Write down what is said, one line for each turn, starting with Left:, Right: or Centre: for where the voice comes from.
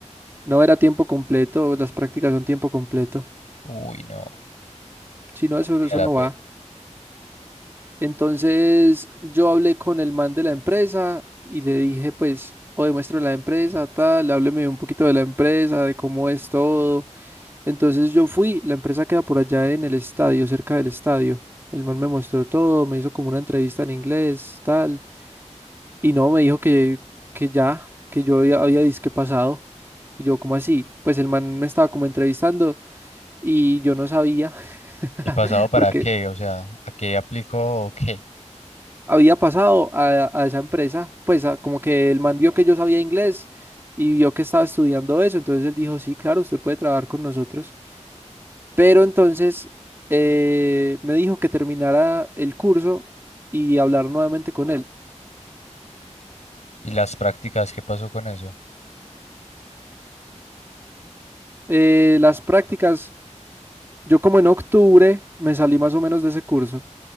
Right: No era tiempo completo, las prácticas son tiempo completo.
Left: Uy, no,
Right: Si no,
Left: valía
Right: eso, eso
Left: la
Right: no
Left: pena.
Right: va. Entonces yo hablé con el man de la empresa y le dije, pues, o demuestro la empresa, tal, hábleme un poquito de la empresa, de cómo es todo. Entonces yo fui, la empresa queda por allá en el estadio, cerca del estadio. El man me mostró todo, me hizo como una entrevista en inglés, tal, y no, me dijo que, que ya, que yo había, había disque pasado. Y yo, ¿cómo así? Pues el man me estaba como entrevistando y yo no sabía, <laughs>
Left: ¿Y pasado para
Right: porque
Left: qué? O sea, ¿a qué aplico o qué?
Right: había pasado a, a esa empresa, pues a- como que el man vio que yo sabía inglés y vio que estaba estudiando eso, entonces él dijo, sí, claro, usted puede trabajar con nosotros, pero entonces eh, me dijo que terminara el curso y hablar nuevamente con él.
Left: ¿Y las prácticas, qué pasó con eso?
Right: Eh, las prácticas, yo como en octubre me salí más o menos de ese curso.